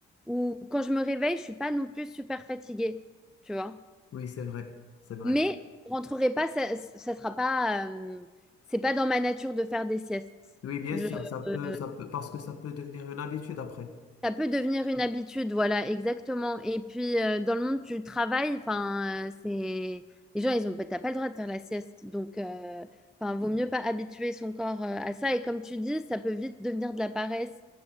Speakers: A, in the centre; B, on the left (about 50°).
A: où, quand je me réveille, je suis pas non plus super fatiguée, tu vois.
B: Oui, c'est vrai. C'est vrai.
A: Mais je rentrerai pas, ça, ça sera pas, euh, c'est pas dans ma nature de faire des siestes.
B: Oui, bien
A: Je,
B: sûr, ça peut,
A: euh,
B: ça peut, parce que ça peut devenir une habitude après.
A: Ça peut devenir une habitude, voilà, exactement. Et puis, euh, dans le monde du travail, enfin, euh, c'est... Les gens, ils ont... T'as pas le droit de faire la sieste. Donc, euh, enfin, vaut mieux pas habituer son corps euh, à ça. Et comme tu dis, ça peut vite devenir de la paresse.